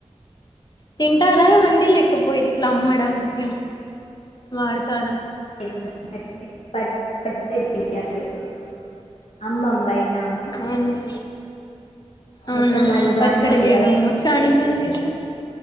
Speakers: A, on the left (about 40°); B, on the left (about 70°).
A: తింటారా అవి అండి లేకపోతే ఇట్లా అమ్మడానికి వాడతార
B: <unintelligible> బయట అమ్మం
A: అవునండి అవునండి
B: మొత్తం మాది జాయింట్
A: పచ్చడి
B: ఫ్యామిలీ
A: చేయడం వచ్చా అండి మరి మీకు